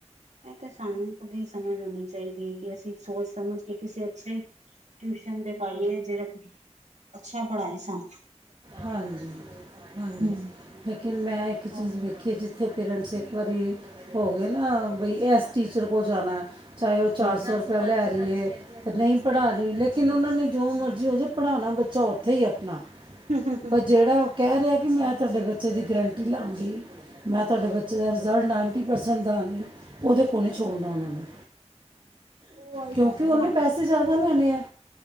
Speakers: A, on the right; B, on the right.
A: ਇਹ ਤੇ ਸਾਨੂੰ ਕੁ ਦੀ ਸਮੇ ਰਣ ਸੀ। ਹੈ ਕਿ ਅਸੀਂ ਸੋਚ ਸਮਝ ਕੇ ਕਿਸੇ ਅੱਛੇ ਟਿਊਸ਼ਨ ਤੇ ਪਾਈਏ ਜਿਹੜਾ ਅੱਛਾ ਪੜ੍ਹਾਏ ਸਨ।
B: ਹਾਂਜੀ ਹਾਂਜੀ
A: ਹਮ
B: ਲੇਕਿਨ ਮੈਂ ਇੱਕ
A: ਹਮ
B: ਚੀਜ਼ ਵੇਖੀ ਜਿੱ ਇੱਥੇ ਪੇਰੈਂਟਸ ਇੱਕ ਵਾਰੀ ਹੋ ਗਏ ਨਾ ਬਈ ਇਸ ਟੀਚਰ ਕੋਲ ਜਾਣਾ ਚਾਹੇ ਉਹ ਚਾਰ
A: ਹਮ
B: ਸੌ ਰੁਪਇਆ ਲੈ ਰਹੀ ਹੈ ਤੇ ਨਹੀਂ ਪੜ੍ਹਾ ਰਹੀ ਕਿਨ ਉਹਨਾਂ ਨੇ ਜੋ ਮਰਜ਼ੀ ਹੋ ਜਾਵੇ ਪੜ੍ਹਾਉਣਾ ਬੱਚਾ ਉੱਥੇ ਹੀ ਆਪਣਾ।
A: ਹੂੰ-ਹੂੰ-ਹੂੰ-ਹੂੰ-ਹੂੰ-ਹੂੰ
B: ਪਰ ਜਿਹੜਾ ਉਹ ਕਹਿ ਰਿਹਾ ਕਿ ਮੈਂ ਤੁਹਾਡੇ ਬੱਚੇ ਦੀ ਗਰੰਟੀ ਲਾਵਾਂਗੀ ਮੈਂ ਤੁਹਾਡੇ ਬੱਚੇ ਦਾ ਰਿਜ਼ਲਟ ਨਾਈਨਟੀ ਪਰਸੈਂਟ ਦਾ ਆਾਂ ਗ ਉਹਦੇ ਕੋਲ ਨਹੀਂ ਛੋੜਨਾ ਉਹਨਾਂ ਨੂੰ।
A: ਉਹੀ
B: ਕਿਉਂਕਿ
A: ਗੱਲ ਹੈ
B: ਉਹਨੇ
A: ਨਾ
B: ਪੈਸੇ ਜ਼ਿਆਦਾ ਲੈਣੇ ਹੈ।